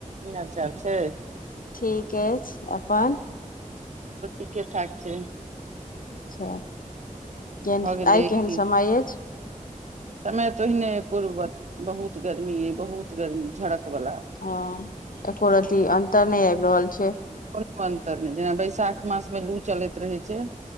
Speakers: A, on the right; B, on the left.
A: की हाल चाल छैय?
B: ठीक अछि अपन?
A: ठीके ठाक छैय।
B: अच्छा केहन
A: भऽ गेलै
B: आइ केहन
A: ई
B: समय अछि?
A: समय तऽ ओहिने पूर्वज बहुत गर्मी ह बहुत गर्मी झड़क वाला।
B: हँ एको रति अन्तर नहि आबि रहल छैय।
A: कोनो अन्तर नहि जेना बैशाख मासमे लू चलैत रहै छैय।